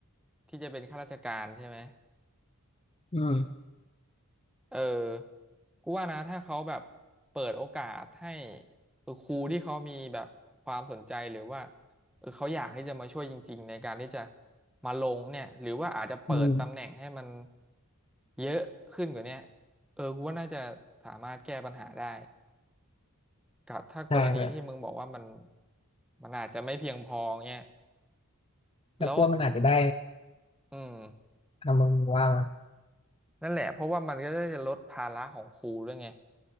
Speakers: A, in the centre; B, on the left.
A: ที่จะเป็นข้าราชการใช่ไหม
B: อืม
A: เออกูว่านะถ้าเขาแบบเปิดโอกาสให้เออครูที่เขามีแบบความสนใจหรือว่าเออเขาอยากที่จะมาช่วยจริงๆในการที่จะมาลงเนี่ยหรือว่าอาจจะเปิดตำแหน่งให้มัน
B: อืม
A: เยอะขึ้นกว่าเนี้ยเออกูว่าน่าจะสามารถแก้ปัญหาได้กับถ้ากรณีที่มึงบอกว่ามัน
B: ใช่เพื่อน
A: มันอาจจะไม่เพียงพอเนี่ย
B: แล้วพวกมันอาจจะได้
A: แล้วอืม
B: ทำมึงว่ามา
A: นั่นแหละเพราะว่ามันก็จะลดภาระของครูด้วยไง